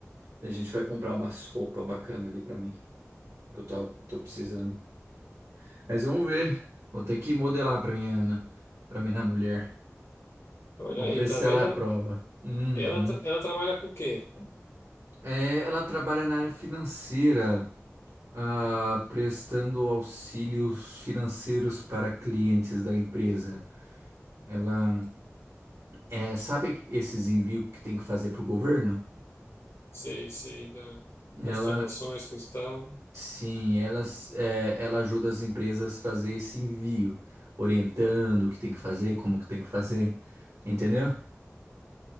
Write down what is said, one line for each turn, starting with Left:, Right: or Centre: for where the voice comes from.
Right: daí a gente vai comprar umas roupas bacana ali pra mim, que eu tô, tô precisando. Mas vamos ver, vou ter que modelar pra minha Ana, pra minha mulher.
Left: Olha
Right: Vamos
Left: aí,
Right: ver
Left: tá
Right: se
Left: vendo?
Right: ela aprova.
Left: Ela,
Right: Uhum.
Left: ela, tra- ela trabalha com o quê?
Right: É, ela trabalha na área financeira, ah, prestando auxílios financeiros para clientes da empresa. Ela, é, sabe esses envios que tem que fazer para o governo?
Left: Sei, sei, da-
Right: Ela,
Left: das transações, coisa e tal.
Right: Sim, elas, é, ela ajuda as empresas a fazer esse envio, orientando o que tem que fazer, como que tem que fazer, entendeu? <laughs>